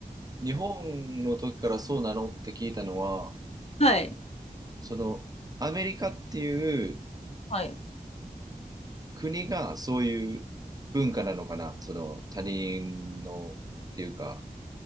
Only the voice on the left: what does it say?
はい。
はい。